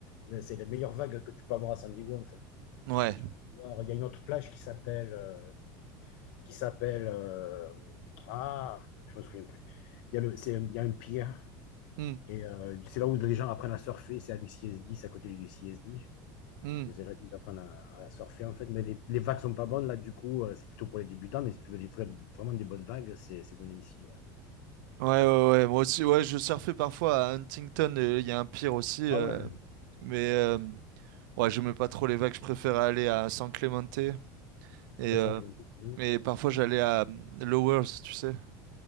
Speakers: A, on the left (about 70°); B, on the right (about 85°).
A: Mais C'est les meilleures vagues que tu peux avoir à San Diego, en fait.
B: Ouais.
A: Parce que tu peux voir, il y a une autre plage qui s'appelle, euh, qui s'appelle, euh, ah, je me souviens plus. Il y a le, c'est, il y a un pier,
B: Mm,
A: et euh, c'est là où les gens apprennent à surfer, c'est à l'UCSD, c'est à côté du CSD.
B: mm.
A: Et c'est là qu'ils apprennent à, à surfer, en fait. Mais les, les vagues sont pas bonnes, là, du coup, euh, c'est plutôt pour les débutants, mais si tu veux des vrais- vraiment des bonnes vagues, c'est c'est Winancy, ouais.
B: Ouais, ouais, ouais. Moi aussi, ouais, je surfais parfois à Huntington. euh, Il y a un pire aussi.
A: Ah
B: euh,
A: ouais,
B: mais euh, Ouais, j'aimais pas trop les vagues, je préférais aller à San Clemente. Et, euh,
A: 300 km,
B: et parfois j'allais à euh, Lowers, tu sais.